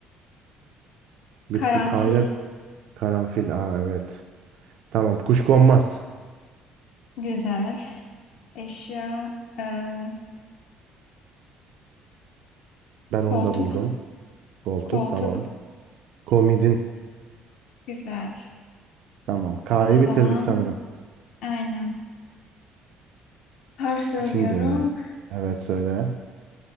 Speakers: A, on the left; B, on the right.
A: karanfil.
B: Bitki kayda karanfil. Aa evet. Tamam. Kuşkonmaz.
A: Güzel. Eşya. ee,
B: Ben
A: koltuk.
B: onu da buldum. Koltuk
A: Koltuk.
B: tamam. Komidin.
A: Güzel.
B: Tamam. K'yı
A: O zaman
B: bitirdik sanırım.
A: aynen. Harf söylüyorum.
B: Şimdi evet söyle.